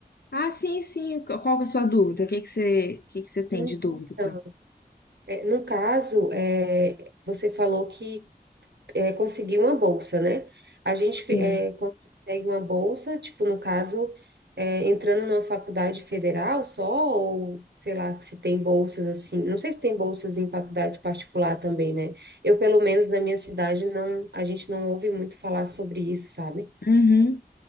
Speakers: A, on the left (about 70°); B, on the right (about 85°).
A: Ah, sim, sim. Qu- Qual que é a sua dúvida? O que que você, o que que você tem
B: Então,
A: de dúvida pra...
B: é, no caso, é, você falou que é, conseguir uma bolsa, né? A gente
A: Sim.
B: é, consegue uma bolsa, tipo, no caso, é, entrando numa faculdade federal só, ou sei lá, se tem bolsas assim. Não sei se tem bolsas em faculdade particular também, né? Eu, pelo menos na minha cidade, não, a gente não ouve muito falar sobre isso, sabe?
A: Uhum.